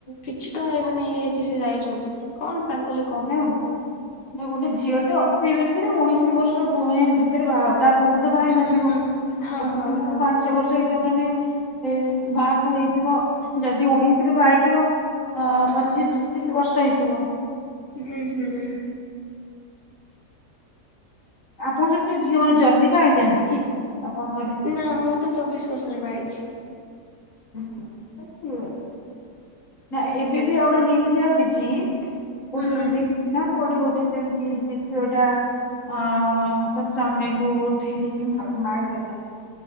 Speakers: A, on the left (about 30°); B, on the left (about 50°).
A: କିଛି ତ ମାନେ ଇଏ ହେଇଛି ସେ ଯାଇଛନ୍ତି। କଣ ତାଙ୍କୁ ଲେ
B: ନା ନା ଗୋଟେ ଝିଅ ଟେ ଅତି ବେଶୀରେ ଉଣିଶି ବର୍ଷ <unintelligible> ଭିତରେ ବାହା ଅର ତା ପୂର୍ବରୁ ତ ବା ହେଇ ନଥିବ
A: ହୁଁ ହଁ
B: ଆଉ
A: ହଁ
B: ପିଲାକୁ
A: ହଁ
B: ପା ଛ ବର୍ଷ ହେଇ ଯଉ ମାନେ ଏ ବାହାଗୁଇ ଥିବ ଯଦି ଉଣେଇଶି ରେ ବା ହେଇଥିବ ଅ ପଚିଶ
A: ହୁଁ
B: ଛବିଶ ବର୍ଷ ହେଇଥିବ।
A: ହୁଁ ହୁଁ।
B: ଆପଣ ସେଠି ସେ ଝିଅ ମାନେ ଜଲଦି ବା ହେଇ ଯାଆନ୍ତି କି ଆପଣଙ୍କ ଘରେ।
A: ନା ମୁଁ ତ ଚବିଶ ବର୍ଷରେ ବା ହେଇଛି।
B: ଉଁ ହୁଁ ତାହେଲେ ଠିକ ଅଛି। ନା ଏବେ ବି ଆଉ ଗୋଟେ ନିୟୁଜ ଆସିଛି କୋଉଠି
A: ହୁଁ
B: ଗୋଟେ
A: ହୁଁ
B: ଦିଲ୍ଲୀ ନା କୋଉଠି ଗୋଟେ। ସେମିତି ସେ ଝିଅଟା ଆ ତା ସ୍ବାମୀ। ବୁଟ ଠିରିକି ମର ମାରିି ଦେଲା